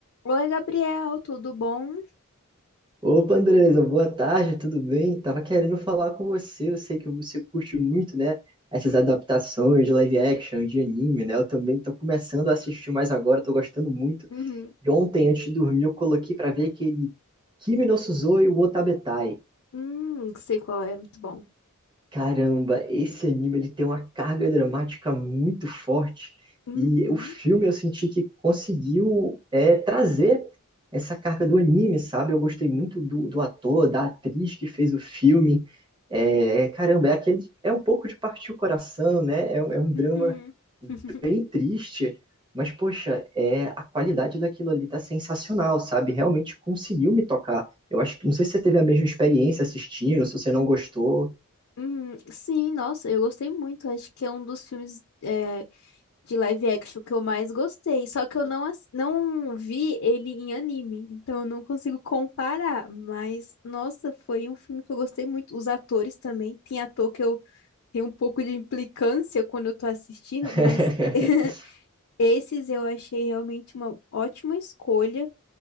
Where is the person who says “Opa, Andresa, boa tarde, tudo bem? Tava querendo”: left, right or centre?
Right